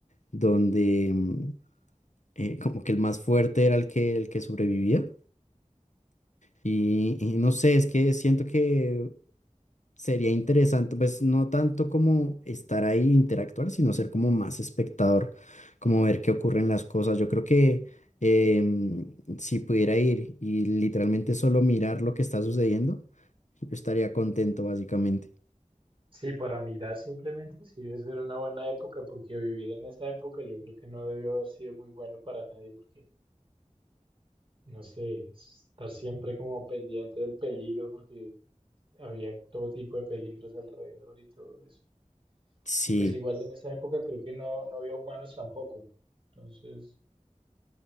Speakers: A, on the left (about 70°); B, on the right (about 45°).
A: donde mm, eh, como que el más fuerte era el que, el que sobrevivía. Y, y no sé, es que siento que Sería interesante, pues no tanto como estar ahí e interactuar, sino ser como más espectador, como ver qué ocurren las cosas. Yo creo que em, si pudiera ir y literalmente solo mirar lo que está sucediendo, yo estaría contento básicamente.
B: Sí, para mirar simplemente, sí, debe ser una buena época, porque vivir en esa época yo creo que no debió haber sido muy bueno para nadie, porque, no sé, estar siempre como pendiente del peligro, porque había todo tipo de peligros alrededor y todo eso.
A: Sí.
B: Y pues igual en esa época creo que no, no había humanos tampoco. Entonces